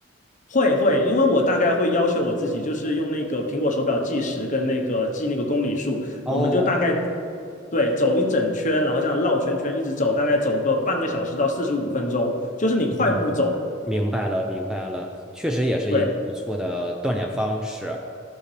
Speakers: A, on the left; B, in the centre.
A: 会会，因为我大概会要求我自己，就是用那个苹果手表计时跟那个记那个公里数，
B: 哦，
A: 我们就大概对走一整圈，然后这样绕圈圈一直走，大概走个半个小时到四十五分钟，就是你快步走。
B: 嗯，明白了，明白了，确实也是一个不错的锻炼方式，
A: 对